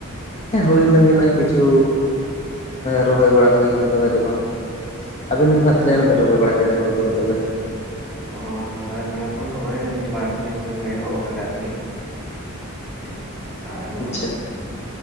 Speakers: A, on the left; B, in the centre.
A: ᱦᱩᱭ ᱟᱠᱟᱱ ᱜᱮᱭᱟ ᱱᱚᱜᱼᱚᱭ ᱠᱤᱪᱷᱩ ᱨᱚᱦᱚᱭ ᱵᱟᱲᱟ ᱦᱩᱭ ᱠᱟᱱᱟ ᱫᱚᱢᱮ ᱫᱚ ᱵᱟᱝ᱾ ᱟᱵᱮᱱ ᱫᱚ ᱦᱟᱜ ᱛᱤᱱᱟᱹᱜ ᱜᱟᱱ ᱵᱮᱱ ᱨᱚᱦᱚᱭ ᱵᱟᱲᱟ ᱠᱮᱫᱟ ᱦᱩᱲᱩ ᱠᱚᱫᱚ ᱛᱚᱵᱮ?
B: ᱚ ᱨᱚᱦᱚᱭ ᱵᱟᱲᱟ ᱠᱚ ᱱᱚᱜᱼᱚᱭ ᱵᱟᱨᱫᱤᱱ ᱜᱟᱱᱞᱮ ᱮᱦᱚᱵ ᱟᱠᱟᱫᱟ ᱟᱨᱠᱤ᱾ <unintelligible>
A: ᱟᱪᱪᱷᱟ